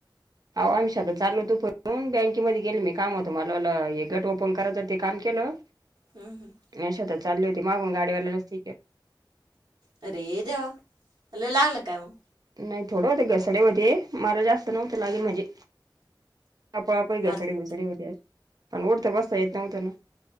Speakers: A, on the right; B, on the right.
A: अहो आम्ही शेतात चाललो आता दुपारून बँकेमध्ये गेल मी काम होत. मलाला हे गट ओपन करायचं ते काम केलं.
B: हम् हम्.
A: यशात चालली होती मागून गाडीवाल्यालाच सीके
B: अरे देवा लय लागलं काय मग
A: नाही थोडं होते घसडे होते मार जास्त नव्हत लागेल म्हणजे. आप आप घसाडे
B: हा ना
A: घैसाड हो्या पण उठता बसता येत नव्हत ना